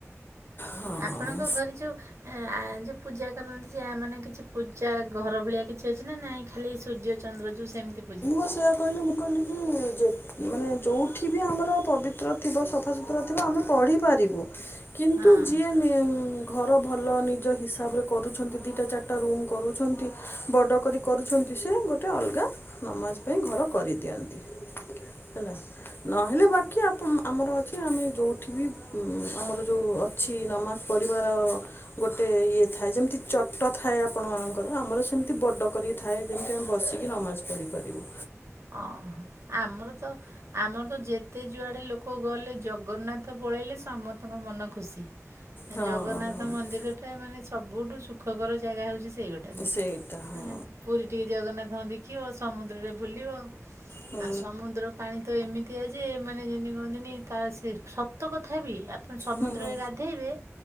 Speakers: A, on the left; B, on the right.
A: ହଁ
B: ଆପଣଙ୍କ ଘରେ ଯୋଉ ଏଁ ଆ ଯୋଉ ପୂଜା କରନ୍ତି ଯାହା ମାନେ କିଛି ପୂଜା ଘର ଭଳିଆ କିଛି ଅଛି ନା ନାଇଁ ଖାଲି ସୂର୍ଯ୍ୟ ଚନ୍ଦ୍ର ଯୋଉ ସେମିତି ପୂଜା?
A: ସେୟା କିହିଲି ମୁଁ କହିଲେକି ଯେତେ ମାନେ ଯୋଉଠି ବି ଆମର ପବିତ୍ର ଥିବ ସଫାସୁତୁରା ଥିବ ଆମେ ପଢ଼ି ପାରିବୁ। କିନ୍ତୁ
B: ହଁ।
A: ଯିଏ ନିମ୍ ଘର ଭଲ ନିଜ ହିସାବରେ କରୁଛନ୍ତି ଦିଇଟା ଚାରିଟା ରୁମ୍ କରୁଛନ୍ ଚି ବଡ କରି କରୁଛନ୍ତି ସେ ଗୋଟେ ଅଲଗା ନମାଜ ପାଇଁ ଘର କରିଦିଅନ୍ତି। ହେଲା? ନହେଲେ ବାକି ଆପ୍ ଆମର ଅଛି ଆମେ ଯୋଉଠି ବି ଆମର ଯୋଉ ଅ ଅଛି ନମାଜ ପଢ଼ିବାର ଗୋଟେ ଇଏ ଥାଏ ଯେମିତି ଚଟ ଥାଏ ଆପଣମାନଙ୍କ ର ଆମର ସେମିତି ବଡ କରି ଥାଏ ଯେମିତି ଆମେ ବସିକି ନମାଜ ପଢିପାରିବୁ।
B: ଓହୋ। ଆମର ତ ଆମର ତ ଯେ ତେ ଯୁଆଡ଼େ ଲୋକ ଗଲେ ଜଗନ୍ନାଥ ପଳେଇଲେ ସମସ୍ତଙ୍କ ମନ ଖୁସି।
A: ହଁ
B: ଜଗନ୍ନାଥ
A: ହଁ
B: ମନ୍ଦିର ଟା ମାନେ ସବୁଠୁ ସୁଖକର ଜାଗା ହଉଚି ସେ ସେଇଗୋଟାରୁ
A: ସେଇଟା ହଁ
B: ପୁରୀ ଟିକେ ଜଗନ୍ନାଥଙ୍କ ଦେଖିବ ସମୁଦ୍ରରେ ବୁଲିବ
A: ହୁଁ
B: ଆଉ ସମୁଦ୍ର ପାଣି ତ ଏମିତିଆ ଯେ ମାନେ ଯେମିତି କୁହନ୍ତିନି ତାର ସେ ସତ କଥା ବି ଆ ସମୁଦ୍ରରେ
A: ହୁଁ
B: ଗାଧେଇବେ